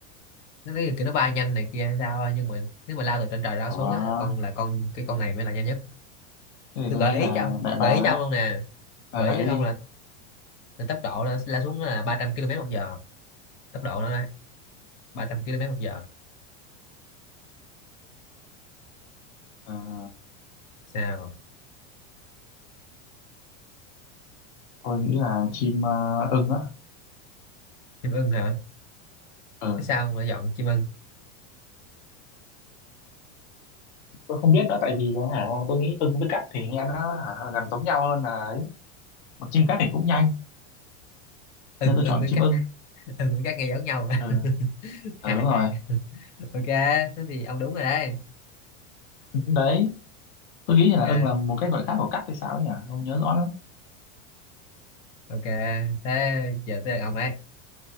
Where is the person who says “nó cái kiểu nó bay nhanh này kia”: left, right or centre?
Left